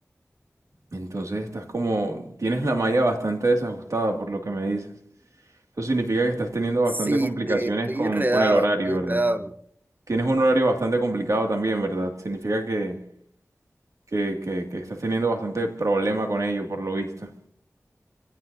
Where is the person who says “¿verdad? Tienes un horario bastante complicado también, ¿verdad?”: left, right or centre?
Right